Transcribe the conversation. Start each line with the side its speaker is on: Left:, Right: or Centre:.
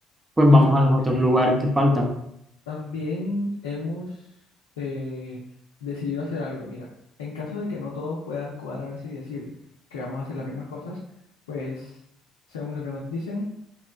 Right: pues
Left: exacto.
Right: vamos a los otros lugares que faltan.
Left: También hemos eh, decidido hacer algo. Mira, en caso de que no todos puedan cuadrarse y decir que vamos a hacer las mismas cosas, pues según lo que nos dicen,